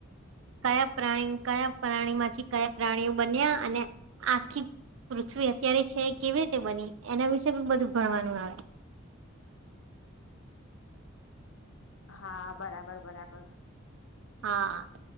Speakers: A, on the right; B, on the left.
A: કયા પ્રાણી કયા પ્રાણી માંથી કયા પ્રાણીઓ બન્યા અને આખી પૃથ્વી અત્યારે છે કેવી રીતે બની એના વિશે પણ બધું ભણવાનું આવે
B: <inaudible> હા બરાબર બરાબર
A: હા